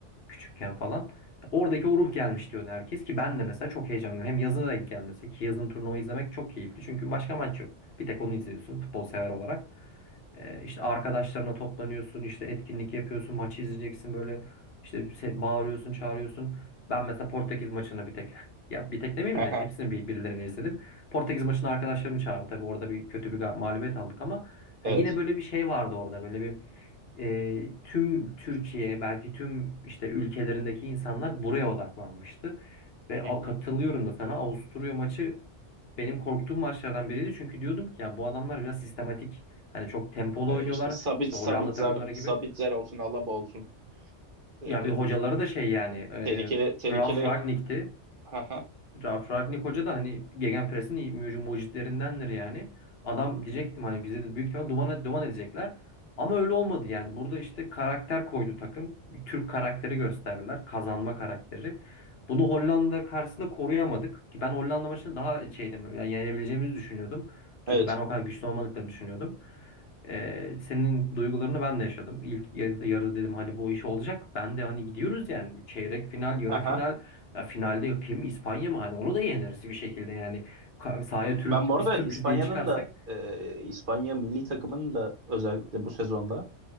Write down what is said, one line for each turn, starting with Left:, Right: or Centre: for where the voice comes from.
Left: küçükken falan. Oradaki o ruh gelmiş diyordu herkes ki ben de mesela çok heyecanlıyım. Hem yazına denk gelmesi ki yazın turnuva izlemek çok keyifli. Çünkü başka maç yok. Bir tek onu izliyorsun futbol sever olarak. Ee, işte arkadaşlarına toplanıyorsun, işte etkinlik yapıyorsun, maçı izleyeceksin böyle işte se- bağırıyorsun, çağırıyorsun. Ben mesela Portekiz maçını bir tek <laughs> ya bir tek demeyeyim
Right: aha.
Left: de hepsini bir, birileriyle izledim. Portekiz maçını arkadaşlarımı çağırdım. Tabii orada bir kötü bir ga- mağlubiyet aldık ama ha,
Right: Evet.
Left: yine böyle bir şey vardı orada. Böyle bir e, tüm Türkiye belki tüm işte ülkelerindeki insanlar buraya odaklanmıştı. Ve
Right: Hı
Left: al-
Right: hı.
Left: katılıyorum da sana Avusturya maçı benim korktuğum maçlardan biriydi. Çünkü diyordum ki ya bu adamlar biraz sistematik hani çok tempolu
Right: E,
Left: oynuyorlar
Right: işte Sabit
Left: işte
Right: Sabitzer,
Left: Hollanda takımları gibi.
Right: Sabitzer olsun, Alaba olsun. E,
Left: Ya bir hocaları da şey yani e,
Right: tehlikeli tehlikeli.
Left: Ralf Ragnik'ti.
Right: Haha.
Left: Ralf Ragnik Hoca da hani Gegenpress'in iyi muci- mucitlerindendir yani. Adam diyecektim hani bize de büyük ihtimal duman, duman edecekler. Ama öyle olmadı yani. Burada işte karakter koydu takım. Bir Türk karakteri gösterdiler. Kazanma karakteri. Bunu Hollanda karşısında koruyamadık. Ki ben Hollanda maçını daha şeydim. Yani yenebileceğimizi düşünüyordum. Çünkü
Right: Evet.
Left: ben o kadar güçlü olmadıklarını düşünüyordum. Ee, senin duygularını ben de yaşadım. İlk yarıda, yarı dedim hani bu iş olacak. Ben de hani gidiyoruz yani. Çeyrek final, yarı
Right: Haha.
Left: final. Ya finalde kim İspanya mı? Hani onu da yeneriz bir şekilde yani. Ka- Sahaya Türk,
Right: Ben bu arada
Left: biz Türküz
Right: İspanya'nın
Left: diye çıkarsak
Right: da e, İspanya milli takımının da özellikle bu sezonda